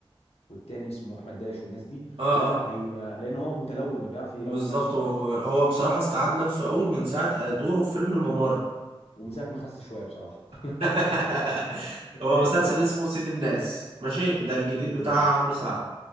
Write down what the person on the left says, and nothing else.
والتاني اسمه احمد داش والناس دي
لا لا
هي لان هو متلون بيعرف يلون
نفسه بيعرف
ومن ساعه ما خس شويه بصراحه <laughs>
لا
كده
إن-